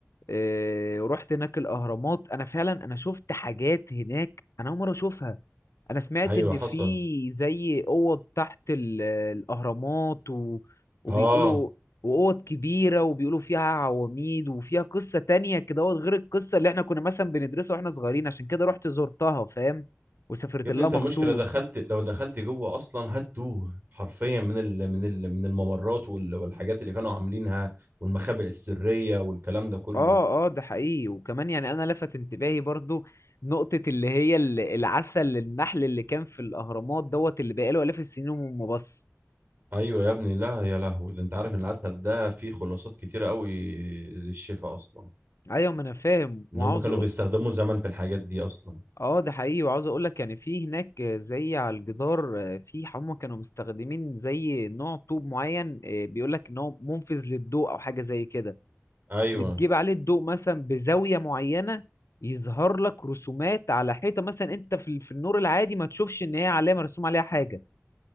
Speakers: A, on the left; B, on the right.
A: إيه، ورحت هناك الاهرامات انا فعلا انا شفت حاجات هناك انا اول مره اشوفها انا سمعت
B: ايوه
A: ان
B: حصل
A: في زي اوض تحت ال- الاهرامات و... وبيقولوا
B: اه
A: واوض كبيره وبيقولوا فيها عواميد وفيها قصه تانية كده أهوت غير القصه اللي احنا كنا مثلا بندرسها واحنا صغيرين عشان كده رحت زرتها فاهم وسافرت
B: يا ابني
A: لها
B: انت
A: مخصوص
B: المشكله دخلت لو دخلت جوه اصلا هتوه حرفيا من ال... من ال... من الممرات وال... والحاجات اللي كانوا عاملينها والمخابئ السريه والكلام ده كله
A: اه اه ده حقيقي وكمان يعني انا لفت انتباهي برضو نقطة اللي هي ال- العسل النحل اللي كان في الاهرامات دوت اللي بقاله الاف السنين وما بص
B: ايوه يا ابني لا يا لهوي ده انت عارف ان العسل ده فيه خلاصات كتيره قوي للشفاء اصلا
A: ايوه ما انا فاهم وعاوز
B: ان هم كانوا
A: أقول...
B: بيستخدموا زمان في الحاجات دي اصلا
A: اه ده حقيقي وعاوز اقول لك يعني في هناك زي على الجدار آه، في هم كانوا مستخدمين زي نوع طوب معين آه، بيقول لك ان هو منفذ للضوء او حاجة زي كده
B: ايوه
A: بتجيب عليه الضوء مثلا بزاوية معينة يظهر لك رسومات على حيطة مثلا انت في ال- في النور العادي ما تشوفش ان هي علامة مرسوم عليها حاجة